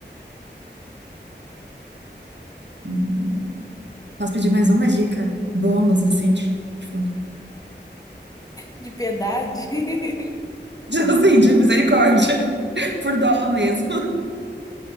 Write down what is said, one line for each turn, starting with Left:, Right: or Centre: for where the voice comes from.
Right: Hum, Posso pedir mais uma dica? Bônus, assim, tipo, <laughs>
Left: De piedade? <laughs>
Right: assim, de misericórdia, <laughs> por dó mesmo.